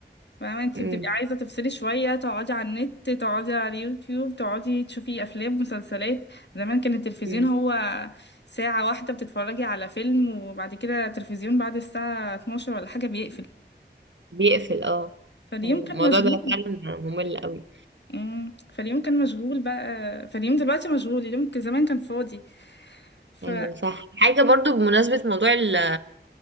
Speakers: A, on the left (about 70°); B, on the right (about 75°).
A: فاهمة انتي
B: امم
A: بتبقي عايزة تفصلي شوية تقعدي على النت تقعدي على اليوتيوب تقعدي تشوفي أفلام مسلسلات زمان كان التلفزيون
B: أمم.
A: هو ساعة واحدة بتتفرجي على فيلم وبعد كده التلفزيون بعد الساعة 12 ولا حاجة بيقفل
B: بيقفل اه
A: فاليوم
B: ايوه
A: كان
B: الموضوع
A: مشغول
B: ده فعلا ممل قوي
A: امم فاليوم كان مشغول بقى فاليوم دلوقتي مشغول اليوم كان- زمان كان فاضي ف
B: ايوه صح حاجة برضو بمناسبة موضوع ال-